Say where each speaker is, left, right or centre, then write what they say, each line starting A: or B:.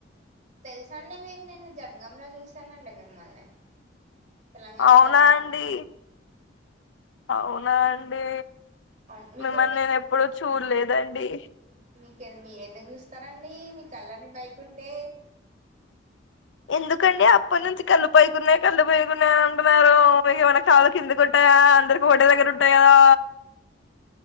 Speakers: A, on the right; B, on the left.
A: తెలుస అండి మీరు నేన్న జనగాం లో చూసానండి మిమ్మల్ని తెలంగాణ
B: అవునా
A: జనగాం
B: అండి
A: కామ్ల
B: అవునా అండి
A: అవును మీకు
B: మిమ్మల్ని నేను ఎప్పుడు చూడలేదండి
A: మీకె మీరెందుకు చూస్తారండి మీ కళ్ళని పైకుంటే
B: ఎందుకండి అప్పటి నుంచి కళ్ళు పైకున్నాయి కళ్ళు పైకియనే ఉంటున్నారుమైనా కాళ్ళు కిందకుంటే అందరికి ఒకటే దగ్గర ఉంటాయి కదా